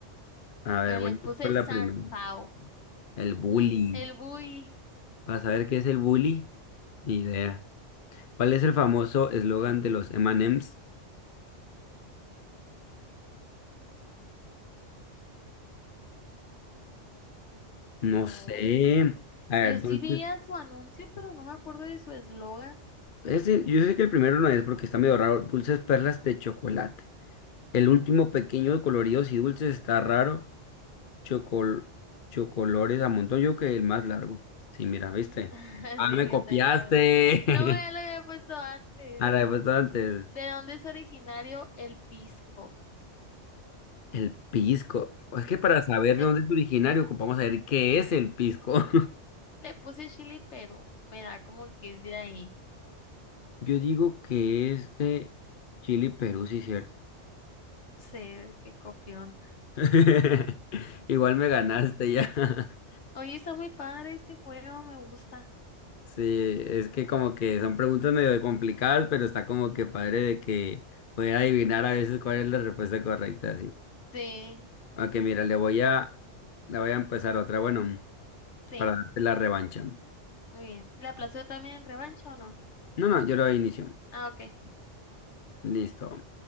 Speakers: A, on the left (about 50°); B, on the left (about 65°).
A: A ver,
B: pero
A: voy
B: le puse
A: por la
B: San
A: primera.
B: Pau.
A: El bullying.
B: ¿Mm? El Bui.
A: Para saber qué es el bully, ni idea. ¿Cuál es el famoso eslogan de los M&M's? No
B: Uy,
A: sé. A
B: yo
A: ver,
B: sí
A: dulces.
B: veía su anuncio, pero no me acuerdo de su eslogan.
A: Ese, yo sé que el primero no es porque está medio raro. Dulces perlas de chocolate. El último pequeño, coloridos y dulces está raro. Chocol, chocolores a montón. Yo creo que el más largo. Sí, mira, ¿viste?
B: <laughs>
A: Ah,
B: Sí,
A: me copiaste.
B: yo también era- No, ya lo había puesto antes.
A: <laughs> A la respuesta antes.
B: ¿De dónde es originario el pisco?
A: El pisco. Es que para saber
B: Le,
A: de dónde es originario, ocupamos saber qué es el pisco. <laughs>
B: le puse Chile, pero me da como que es de ahí.
A: Yo digo que es de Chile y Perú, sí, cierto.
B: Sí, qué copión.
A: <laughs> Igual me ganaste ya. <laughs>
B: Oye, está muy padre este juego, me gusta.
A: Sí, es que como que son preguntas medio complicadas, pero está como que padre de que poder adivinar a veces cuál es la respuesta correcta, sí.
B: Sí,
A: Ok, mira, le voy a, le voy a empezar otra, bueno,
B: sí,
A: para darte la revancha.
B: muy bien. ¿La aplazó también en revancha o no?
A: No, no, yo lo inicio.
B: Ah, ok.
A: Listo.